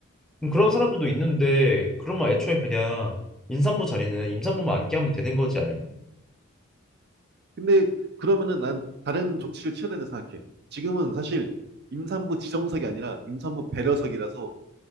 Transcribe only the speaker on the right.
음.
근데 그러면은 난 다른 조치를 취해야 된다 생각해. 지금은 사실 임산부 지정석이 아니라 임산부 배려석이라서